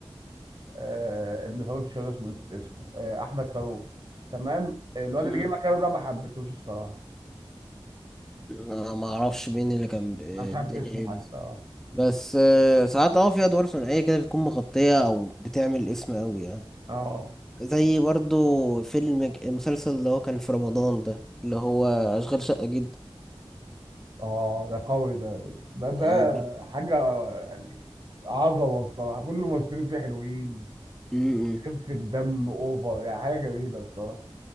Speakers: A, on the right; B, in the centre.
A: آه ابن فاروق مش فاكر اسمه نسيت اسمه آه احمد فاروق تمام آه، الواد
B: مم.
A: اللي جه مكانه ده ما حبيتهوش الصراحه
B: آه، ما اعرفش مين اللي كان ب- الدنيا
A: انا مش عارف اسمه
B: ايه بس
A: حتى اه
B: بس آه، ساعات اه في ادوار ثنائيه كده بتكون مغطيه او بتعمل اسم قوي يعني
A: اه
B: زي برضو فيلم ج- المسلسل اللي هو كان في رمضان ده اللي هو اشغال شقه جدا
A: آه، ده قوي ده يا باشا ده ده
B: اه
A: حاجه يعني عظمه الصراحه كل الممثلين فيه حلوين
B: م- م.
A: خفه الدم اوفر يعني حاجه جميله الصراحه